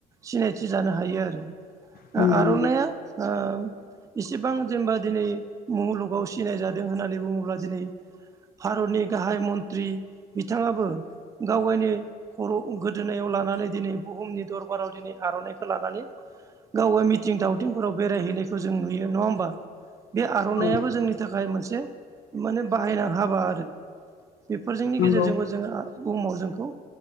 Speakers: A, on the right; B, on the left.
A: सिनायथि जानो हायो आरो
B: नंगौ
A: दा आर'नाइया
B: नंगौ
A: ओ इसिबां जेनेबा दिनै मुलुगाव सिनाय जादों होननानै बुङोब्ला दिनै भारतनि गाहाय मन्त्रि बिथाङाबो गाव गावनि खर' गोदोनायाव लानानै दिनै बुहुमनि दरबाराव दिनै आर'नाइखौ लानानै गाव मिथिं दावथिंफोराव बेरायहैनायखौ जों नुयो नङा होमबा बे आर'नायइाबो
B: औ
A: जोंनि थाखाय मोनसे माने बाहायनां हाबा आरो बेफोरजोंनि
B: नंगौ
A: गेजेरजोंबो जोङो बुहुमाव जोंखौ